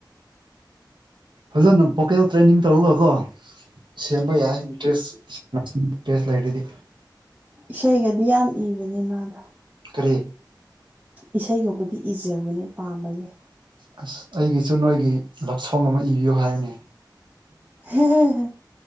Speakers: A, on the right; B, on the right.
A: ꯐꯖꯟꯅ ꯚꯣꯀꯦꯜ ꯇ꯭ꯔꯦꯅꯤꯡ ꯇꯧꯔꯒꯀꯣ ꯁꯦꯝꯕ ꯌꯥꯏ ꯏꯟꯇ꯭ꯔꯦꯁ <unintelligible> ꯇꯦꯁ ꯂꯩꯔꯗꯤ
B: ꯏꯁꯩꯒꯗꯤ ꯌꯥꯝ ꯏꯕꯅꯦ ꯃꯥꯗꯣ
A: ꯀꯔꯤ
B: ꯏꯁꯩꯒꯨꯝꯕꯗꯤ ꯏꯖꯕꯅꯦ ꯄꯥꯝꯕꯅꯦ
A: ꯑꯥꯁ ꯑꯩꯒꯤꯁꯨ ꯅꯣꯏꯒꯤ ꯂꯞ ꯁꯣꯡ ꯑꯃ ꯏꯕꯤꯌꯨ ꯍꯥꯏꯌꯨꯅꯦ
B: ꯍꯤꯍꯦ ꯍꯦ